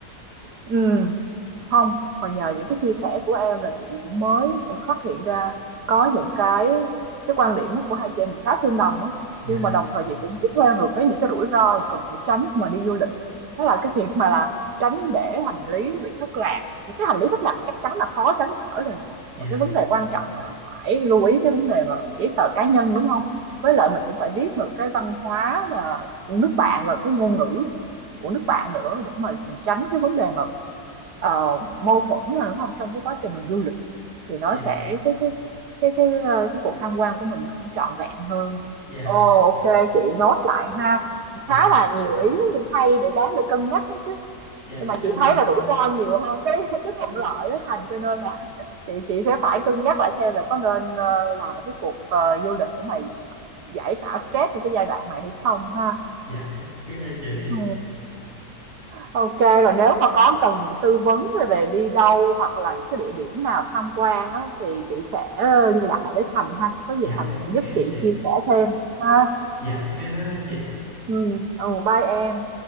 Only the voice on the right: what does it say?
ừ không mà nhờ những cái chia sẻ của em là chị cũng mới cũng phát hiện ra có những cái cái quan điểm nó của hai chị em mình khá tương đồng á,
nhưng mà đồng thời chị cũng biết thêm được cái những cái rủi ro cần phải tránh khi mà đi du lịch. Đó là cái việc mà là tránh để hành lý bị thất lạc, những cái hành lý thất lạc thì chắc chắn là khó tránh khỏi rồi nè,
mà cái vấn đề quan trọng là phải lưu ý cái vấn đề mà giấy tờ cá nhân, đúng không Với lại mình cũng phải biết được cái văn hóa là nước bạn và cái ngôn ngữ của nước bạn nữa để mà mình tránh cái vấn đề mà ờ, mâu thuẫn là đúng không trong cái quá trình mình du lịch thì nó
sẽ cái cái cái cái ờ, cái cuộc tham quan của mình nó cũng trọn vẹn hơn
Ồ, ok chị nốt lại ha
khá là nhiều ý hay để đáng để cân nhắc đấy chứ
nhưng
mà
chị thấy là rủi ro nhiều hơn cái <laughs> cái thuận
lợi đó thành cho nên là <laughs> chị chị sẽ phải cân nhắc lại xem là có nên ờ, làm một cái cuộc ờ, du lịch để mà giải tỏa stress trong cái giai đoạn này hay không ha
ừ. Ok, rồi nếu mà có cần tư vấn về đi đâu hoặc là những cái địa điểm nào tham quan á, thì chị sẽ ờ, liên lạc lại với Thành ha. Có gì
Thành
sẽ giúp chị
chia sẻ thêm ha.
Ừ, ừ, bye em.